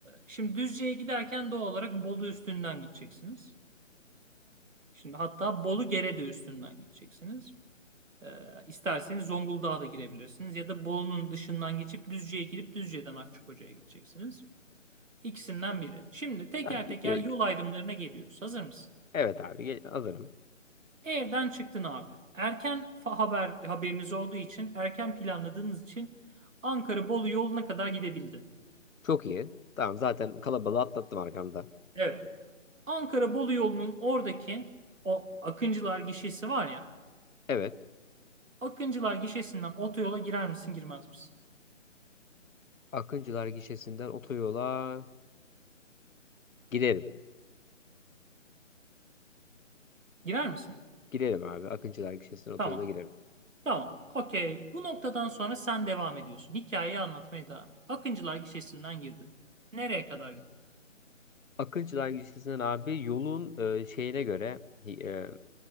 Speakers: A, on the right; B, on the left.
A: şimdi Düzce'ye giderken doğal olarak Bolu üstünden gideceksiniz. Şimdi hatta Bolu Gerede üstünden gideceksiniz. Ee, isterseniz Zonguldak'a da girebilirsiniz. Ya da Bolu'nun dışından geçip Düzce'ye girip Düzce'den Akçakoca'ya gideceksiniz. İkisinden biri. Şimdi teker
B: Tamam gidiyor.
A: teker yol ayrımlarına geliyoruz. Hazır mısın?
B: Evet abi gel- hazırım.
A: Evden çıktın abi. Erken fa- haber haberiniz olduğu için, erken planladığınız için Ankara-Bolu yoluna kadar gidebildin.
B: Çok iyi. Tamam zaten kalabalığı atlattım arkamda.
A: Evet. Ankara-Bolu yolunun oradaki o Akıncılar gişesi var ya.
B: Evet.
A: Akıncılar gişesinden otoyola girer misin, girmez misin?
B: Akıncılar gişesinden otoyola girerim.
A: Girer misin?
B: Girerim abi. Akıncılar gişesinden otoyola
A: Tamam.
B: girerim.
A: Tamam. Okey. Bu noktadan sonra sen devam ediyorsun. Hikayeyi anlatmaya devam et. Akıncılar gişesinden girdin. Nereye kadar gittin?
B: Akıncılar gişesinden abi yolun e, şeyine göre hi- e,